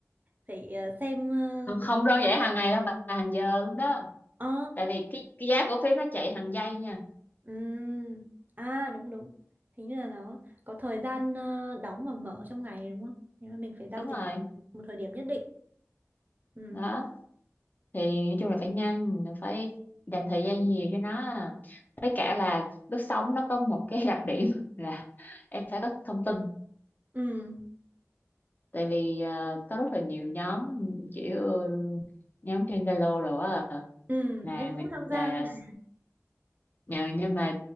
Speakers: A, on the right (about 35°); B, on the left (about 35°).
A: phải ờ, xem ờ,
B: không, không đơn giản hàng ngày đâu mà hàng giờ luôn đó
A: Ờ,
B: tại vì cái, cái giá cổ phiếu nó chạy hàng giây nha
A: ừm, à đúng đúng. Hình như là nó có thời gian ờ, đóng và mở trong ngày đúng không? Nếu mà mình phải giao
B: đúng
A: dịch
B: rồi
A: một thời điểm nhất định. Ừ,
B: đó thì nói chung là phải nhanh phải dành thời gian nhiều cho nó với cả là lướt sóng nó có một cái <laughs> đặc điểm là em phải có thông tin
A: ừ,
B: tại vì à, có rất là nhiều nhóm kiểu nhóm trên Zalo đồ á
A: ừ,
B: là
A: em
B: người
A: cũng tham
B: là
A: gia nha.
B: nhờ- nhưng mà